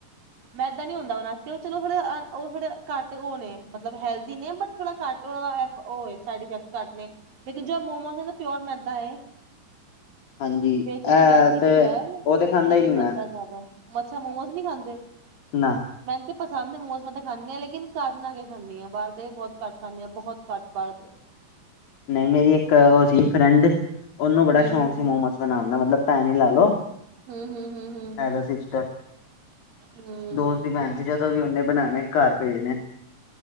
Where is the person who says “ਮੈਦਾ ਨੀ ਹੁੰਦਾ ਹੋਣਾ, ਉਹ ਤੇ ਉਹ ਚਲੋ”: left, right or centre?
Right